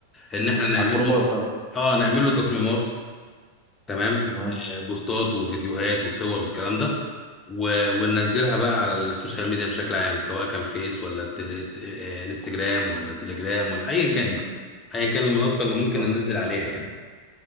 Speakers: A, on the left; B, on the right.
A: ان احنا نعمل
B: على الجروبات
A: له تص-
B: بقى
A: اه نعمل له تصميمات تمام
B: تمام
A: آه، بوستات وفيديوهات وصور والكلام ده و... وننزلها بقى على السوشيال ميديا بشكل عام سواء كان فيس ولا تل... ت- آه، انستجرام ولا تليجرام ولا ايا كان بقى ايا كان المنصه اللي ممكن
B: آه.
A: ننزل عليها يعني